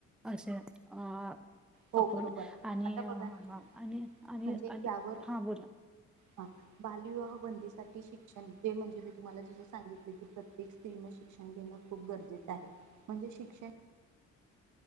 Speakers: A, in the centre; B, on the right.
A: अशात अ -
B: हो
A: आपण
B: बरोबर
A: आणि
B: आता
A: हा
B: बघा ना
A: आणि आणि
B: म्हणजे
A: आणि
B: यावर
A: हा बोला -
B: हा बालविवाह बंदीसाठी शिक्षण - ते म्हणजे मी तुम्हाला जस सांगितले की प्रत्येक स्त्री न शिक्षण घेणं खूप गरजेचं आहे. म्हणजे शिक्षण -